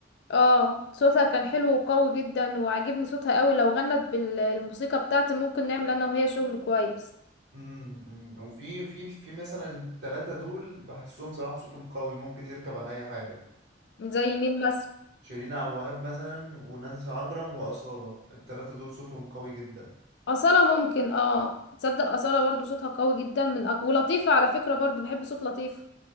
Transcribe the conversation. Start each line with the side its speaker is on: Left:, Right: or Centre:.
Left: اه صوتها كان حلو وقوي جدا وعجبني صوتها قوي لو غنت بالموسيقى بتاعتي ممكن نعمل انا وهي شغل كويس
Right: امم أمم. وفي في في مثلا التلاتة دول بحسهم صراحة صوتهم قوي ممكن يركب على اي حاجة
Left: زي مين مثلا
Right: شيرين عبد الوهاب مثلا ونانسي عجرم وأصالة التلاتة دول صوتهم قوي جدا
Left: أصالة ممكن اه تصدق أصالة برضو صوتها قوي جدا من أق... ولطيفة على فكرة برضو بحب صوت لطيفة